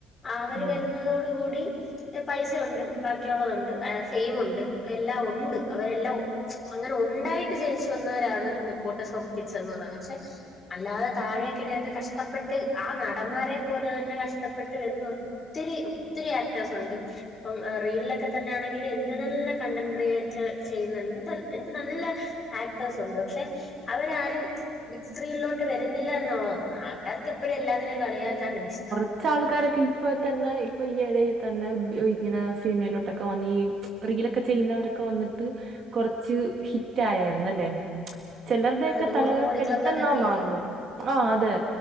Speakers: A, on the left (about 15°); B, on the right (about 40°).
A: ആ അവര്
B: ഉം
A: വരുന്നതോടു കൂടി പൈസയുണ്ട്. ബാക്കിയുള്ളതുണ്ട് സെയിമുണ്ട് എല്ലാം ഉണ്ട് അവരെല്ലാം അങ്ങനെ ഉണ്ടായിട്ട് ജനിച്ചു വന്നവരാണ് നെപ്പോട്ടിസം കിഡ്സ് എന്ന് പറയുന്നത് പക്ഷെ അല്ലാതെ താഴേക്കിടേന്ന് കഷ്ടപ്പെട്ട് ആ നടന്മാരെ പോലെ തന്നെ കഷ്ടപ്പെട്ട് വരുന്ന ഒ ത്തിരി ഒത്തിരി ആക്ടേഴ്സ് ഉണ്ട് അപ്പം റീലിലൊക്കെ തന്നെയാണെങ്കിൽ എന്ത് നല്ല കണ്ടന്റ് ക്രിയേറ്റ് ചെയ്യുന്ന എന്ത് എന്ത് നല്ല ആക്ടേഴസ് ഉണ്ട് പക്ഷെ അവരാരും ബിഗ് സ്ക്രീനിലോട്ട് വരുന്നില്ല എന്നുള്ളതാണ്. ആൾക്കാർക്കെപ്പോഴും എല്ലാത്തിനെയും കളിയാക്കാനാണ് ഇഷ്ടം.
B: കുറച്ചാൾക്കാരൊക്കെ ഇപ്പം തന്നെ ഇപ്പൊ ഈയിടയിൽ തന്നെ ഇങ്ങനെ സിനിമയിലോട്ടൊക്കെ വന്ന് ഈ റീലൊക്കെ ചെയ്യുന്നവരൊക്കെ വന്നിട്ട് കൊറച്ച് ഹിറ്റ് ആയേരുന്നു അല്ലെ. ചിലരുടെയൊക്കെ
A: ആ നൂറ്
B: തലവര
A: കോടി
B: പെട്ടെന്നാ
A: ക്ലബ്ബൊക്കെ കേറി
B: മാറുന്നത് ആ അതെ.